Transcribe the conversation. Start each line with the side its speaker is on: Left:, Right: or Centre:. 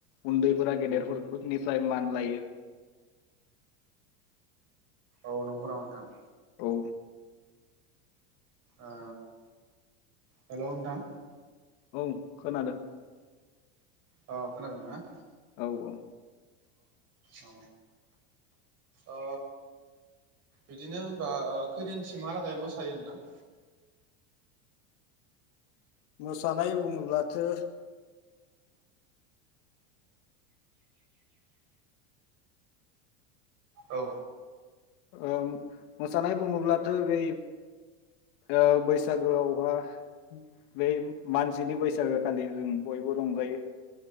Left: उन्दैफोरा गेदेरनिफ्राय मान लायो
Right: औ नंगौ नामा नोंथां?
Left: औ
Right: ओ हेल' नोंथां
Left: औ खोनादों
Right: अ खोनादों ना?
Left: औ औ
Right: औ ओ बिदिनो होनबा ओ खैदिनसिमहालागै मोसायो नोंथां
Left: मोसानाय बुङोब्लाथो
Right: औ
Left: ओम मोसानाय बुङोब्लाथ' बै ओ बैसागोआवहा बै मानसिनि बैसागो खालि जों बयबो रंजायो ।